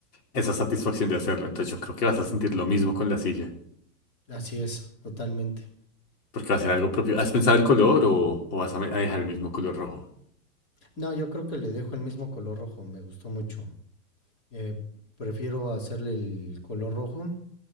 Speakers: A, on the left; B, on the left.
A: esa satisfacción de hacerlo. Entonces yo creo que vas a sentir lo mismo con la silla,
B: Así es, totalmente.
A: porque va a ser algo propio. ¿Has pensado el color o, o vas a, me- a dejar el mismo color rojo?
B: No, yo creo que le dejo el mismo color rojo, me gustó mucho. Eh, prefiero hacerle el color rojo,